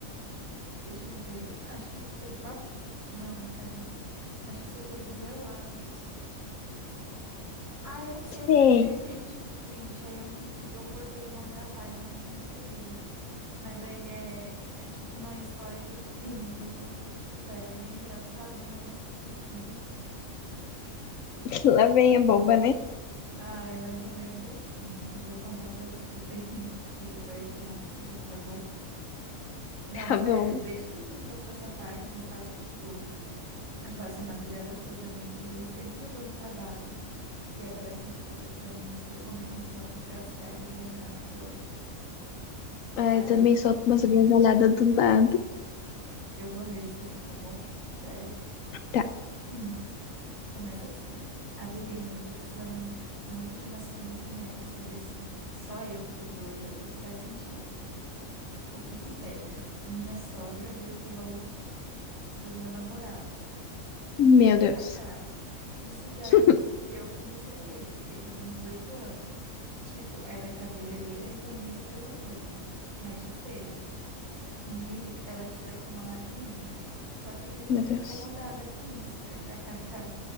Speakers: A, on the right; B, on the left.
A: deixa eu ver. Acho que isso aqui é do Bar... Não, pera. Acho que isso aqui é do Relatos. Ah, eu não sei, porque
B: Sei,
A: eu tirei print do tweet, aí eu, não... eu cortei o nome da página, eu não tenho certeza. Mas daí é, é tipo uma história que eu fiquei <laughs> meio... Sério, é bem engraçada, mas enfim.
B: <laughs> lá vem a bomba, né? <laughs>
A: Ah, é mais ou menos assim. Eu vou contar pra você daí. <laughs> Você vai opinar comigo, tá bom? Não,
B: Tá
A: sério,
B: bom.
A: desde que você me passou essa página, eu passo tipo, eu passo a madrugada toda lendo. E sempre que eu tô no trabalho e aparecem uns posts pra mim assim, eu <laughs> começo a me cascar de dar risada, que ódio. Tá,
B: Ai, eu
A: eu,
B: também solto umas gargalhadas do nada.
A: eu vou ler isso aqui, tá bom? Peraí.
B: Tá.
A: Hum, <clears throat> começa assim, ó. ADM, eu tô precisando muito de, muito de uma segunda opinião pra saber se só eu que tô doida ou se faz sentido. O que que pega? Minha sogra depila o do meu namorado.
B: Meu
A: KKKK.
B: Deus.
A: Isso já
B: <laughs>
A: antes de eu conhecer ele. Ele tem 18 anos. Tipo, ela é cabeleireira e também depiladora, mas de cera. E nele ela tira com uma maquininha. Só que eu fico
B: Meu
A: meio
B: Deus.
A: incomodada com isso. KKKK.